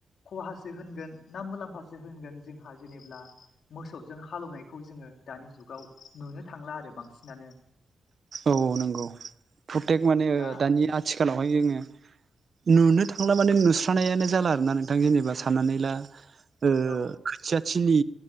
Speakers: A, on the left (about 80°); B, on the right (about 50°).
A: खहासो होनगोन ना मुलाम्फासो होनगोन जोंहा जेनेब्ला मोसौजों हालेवनायखौ जोङो दानि जुगाव नुनो थांला आरो बांसिनानो।
B: औ नंगौ प्रतेक माने
A: दा
B: दानि आथिखालावहाय जोङो। नुनो थांला माने नुस्रानायानो जाला आरो ना नोंथां जेनेबा साननानै ला। ओ
A: औ
B: खोथिया। थिलि